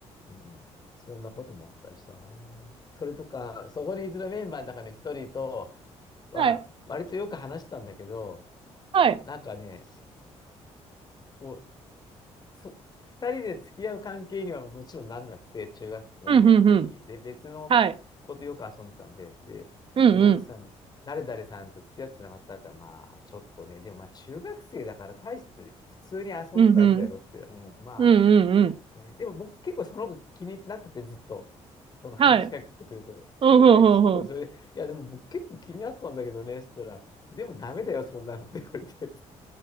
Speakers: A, on the left; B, on the right.
A: うん、そんなこともあったりしたな。それとか、そこにいるメンバーの中の一人とは、
B: はい。
A: 割とよく話したんだけど、
B: はい。
A: なんかね、こそう、二人で付き合う関係にはもちろんなんなくて、中学校の時。
B: うん、うん、うん。
A: で、別の子とよく遊んでたんで、
B: はい。
A: で、
B: うん、
A: で、脇さん、
B: うん。
A: 誰々さんと付き合ってなかったって言ったら、まあ、ちょっとね、でもまあ、中学生だから大して、普通に遊んでただけだよって、
B: うん、うん。
A: うん、まあ、
B: うん、
A: つって。
B: うん、うん。
A: ね、でも僕結構その子気になってて、ずっと、その話しかけてくると。
B: はい。うん、
A: それで、
B: ほうん、
A: そう、
B: うほう
A: それで、いや、でも僕結構気になったんだけどね、って言ったら、でもダメだよ、そんなのって言われて。